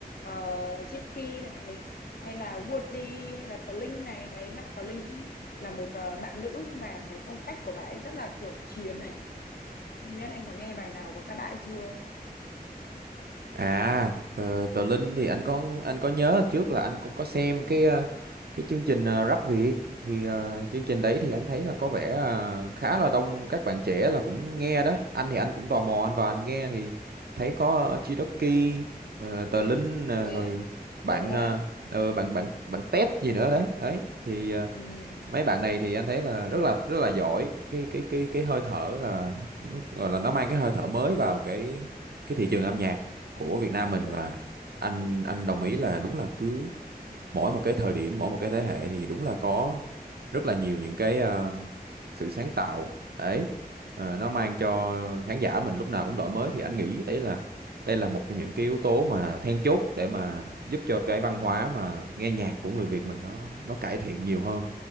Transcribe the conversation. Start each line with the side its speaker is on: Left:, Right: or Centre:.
Left: uh, Chipky này hay là Woody hay là Tờ Linh này đấy bạn Tờ Linh cũng là một ờ, bạn nữ nhưng mà cái phong cách của bạn ấy rất là kiểu chiến ấy. Không biết anh có nghe bài nào của các bạn ấy chưa?
Right: À, tờ, tờ Linh thì anh có anh có nhớ trước là anh cũng có xem cái ờ, cái chương trình ờ, Rap Việt thì ờ, chương trình đấy thì anh thấy là có vẻ ờ, khá là đông các bạn trẻ là cũng nghe đó. Anh thì anh cũng tò mò anh vào anh nghe thì thấy có Chidoki, uh, tờ Linh nè,
Left: Yeah,
Right: rồi bạn
Left: đúng rồi
Right: ờ,
Left: đấy.
Right: ờ, bạn bạn bạn Tết gì nữa đấy. Đấy thì ờ,
Left: Ừ,
Right: mấy bạn này thì anh thấy là rất là rất là giỏi cái cái cái cái hơi thở là nó gọi là nó mang cái hơi thở mới vào cái cái thị trường âm nhạc của Việt Nam mình
Left: đúng.
Right: và anh anh đồng ý là đúng là cứ mỗi một cái thời điểm mỗi một cái thế hệ thì đúng là có rất là nhiều những cái ờ, sự sáng tạo đấy Ờ, nó mang cho khán giả mình lúc nào cũng đổi mới thì anh nghĩ đấy là đây là một trong những cái yếu tố mà then chốt để mà giúp cho cái văn hóa mà nghe nhạc của người Việt mình nó nó cải thiện nhiều hơn